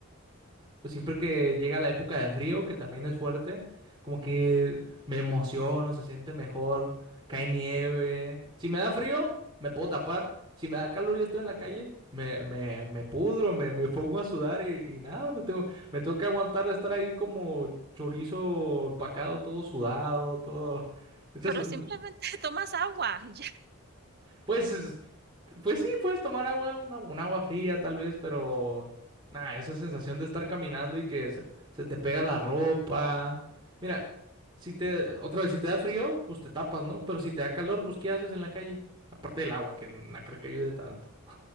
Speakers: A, on the right; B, on the right.
A: pues siempre que llega la época de frío, que también es fuerte, como que me emociono, se siente mejor, cae nieve. Si me da frío, me puedo tapar. Si me da calor y estoy en la calle, me, me, me pudro, me, me pongo a sudar y, y nada, me tengo, me tengo que aguantar estar ahí como chorizo empacado, todo sudado, todo. Entonces,
B: Pero
A: no-
B: simplemente
A: no,
B: <laughs> tomas agua, <laughs> ya.
A: Pues, es- pues sí, puedes tomar agua, una, un agua fría tal vez, pero nada, esa sensación de estar caminando y que se, se te pega la ropa. Mira, si te, otra vez, si te da frío, pues te tapas, ¿no? Pero si te da calor, pues ¿qué haces en la calle? Aparte del agua, que no creo que ayude tanto.